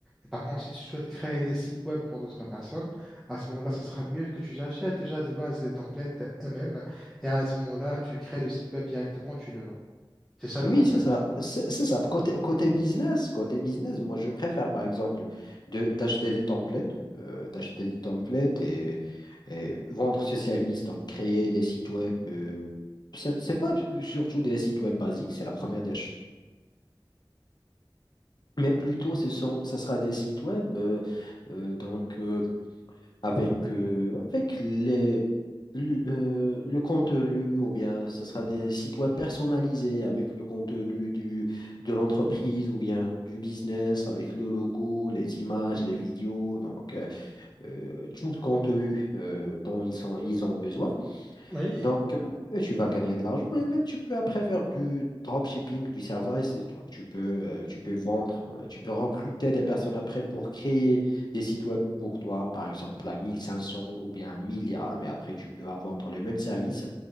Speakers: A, in the centre; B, on the left.
A: Et par contre, si tu souhaites créer des sites web pour d'autres personnes, à ce moment-là, ce sera mieux que tu achètes déjà de base les templates eux-mêmes et à ce moment-là, tu crées le site web directement, tu le vends. C'est ça
B: Oui,
A: le concept.
B: c'est ça. C'est c'est ça. Côté, côté business, côté business, moi, je préfère, par exemple, de, d'acheter des templates, euh, d'acheter des templates et, et vendre ce service, donc créer des sites web. euh, c'est c'est pas surtout des sites web basiques, c'est la première des choses. Mais plutôt, ce sont, ça sera des sites web, euh, euh, donc euh, avec, euh, avec les, le, le contenu, ou bien ce sera des sites web personnalisés avec le contenu du, de l'entreprise ou bien du business, avec le logo, les images, les vidéos, donc euh, euh, tout le contenu euh, dont ils sont, ils ont besoin.
A: Oui,
B: Donc, euh, et tu vas gagner de l'argent et même tu peux après faire du dropshipping, du service. Et Donc, tu peux, euh, tu peux vendre, euh, tu peux recruter des personnes après pour créer des sites web pour toi, par exemple à 1500 ou bien à 1000 dirhams. Et après, tu peux vendre le même service